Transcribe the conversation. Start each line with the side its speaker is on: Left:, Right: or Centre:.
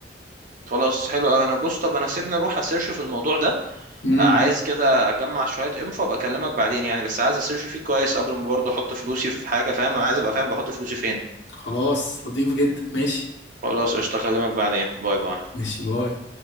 Right: خلاص حلو قوي انا بص طب انا سيبني اروح اسيرش في الموضوع ده
Left: امم
Right: آه، عايز كده اجمع شويه انفو ابقى اكلمك بعدين يعني بس عايز اسيرش فيه كويس قبل ما برضه احط فلوسي في حاجه فاهم عايز ابقى فاهم بحط فلوسي فين
Left: خلاص لطيف جدا ماشي
Right: خلاص قشطه اكلمك بعدين باي باي
Left: ماشي باي